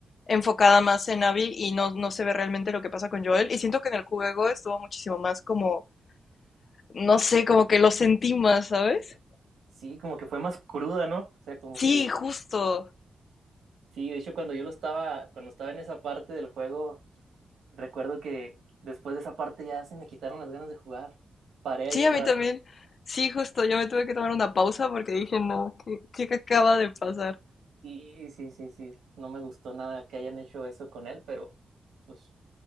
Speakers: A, on the left; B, on the right.
A: enfocada más en Abby y no, no se ve realmente lo que pasa con Joel. Y siento que en el juego estuvo muchísimo más como, no sé, como que lo sentí más, ¿sabes?
B: Sí, como que fue más cruda, ¿no? O sea, como
A: Sí,
B: que
A: justo.
B: sí, de hecho cuando yo lo estaba, cuando estaba en esa parte del juego, recuerdo que después de esa parte ya se me quitaron las ganas de jugar. Paré ahí
A: Sí,
B: un
A: a mí
B: rato.
A: también. Sí, justo, yo me tuve que tomar una pausa porque dije, no, ¿qué, qué acaba de pasar?
B: Sí, sí, sí, sí, no me gustó nada que hayan hecho eso con él, pero pues